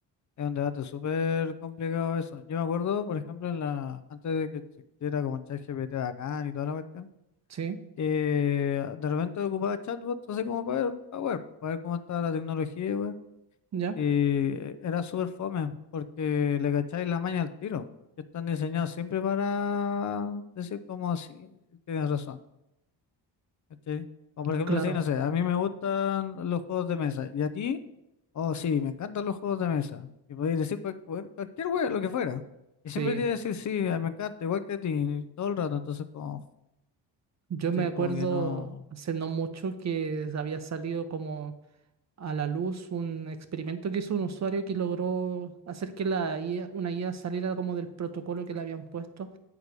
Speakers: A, on the left; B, on the right.
A: Es un debate súper complicado eso. Yo me acuerdo, por ejemplo, en la, antes de que existiera como el ChatGPT bacán y toda la cuestión,
B: Sí,
A: que de repente ocupaba chatbots así como para ver, para ver, para ver cómo estaba la tecnología, weón.
B: ya,
A: Y eh, era súper fome, porque le cacháis la maña al tiro. Que están diseñados siempre para decir como sí, tienes razón. ¿cachai? O por
B: c-
A: ejemplo,
B: claro,
A: sí, no sé, a mí me gustan los juegos de mesa. ¿Y a ti? Oh, sí, me encantan los juegos de mesa. Y podéis decir cual- cual- cualquier hueá, lo que fuera. Y
B: sí.
A: siempre te voy a decir, sí, ah, me encanta, igual que a ti, todo el rato. Entonces, como,
B: Yo
A: ¿cachai?
B: me acuerdo
A: Como que no.
B: hace no mucho que había salido como a la luz un experimento que hizo un usuario que logró hacer que la IA, una IA saliera como del protocolo que le habían puesto,